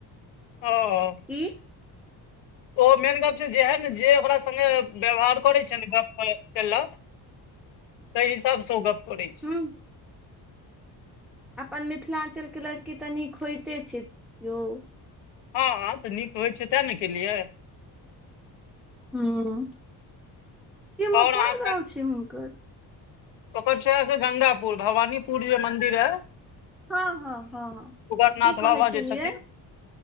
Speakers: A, on the left; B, in the centre.
A: <unintelligible>
B: की
A: ओ मेन गप छै जेहन जे ओकरा सङ्गे व्यवहार करै छै ने गप्प के केलक तैहिसाबसँ ओ गप्प करै छै
B: हूँ अपन मिथिलाञ्चल के लड़की तऽ नीक होइते छै यौ
A: हँ तऽ नीक होइ छै तें ने केलियै
B: हूँ उ-उ ई मे
A: आओर
B: कोन
A: अहाँके
B: गाँव छियै हुनकर
A: ओकर छियै गंगापुर भवानीपुर जे मंदिर एय
B: हँ हँ हँ हँ
A: उग्रनाथ
B: की कहै
A: बाबा
B: छलियै
A: जे छथिन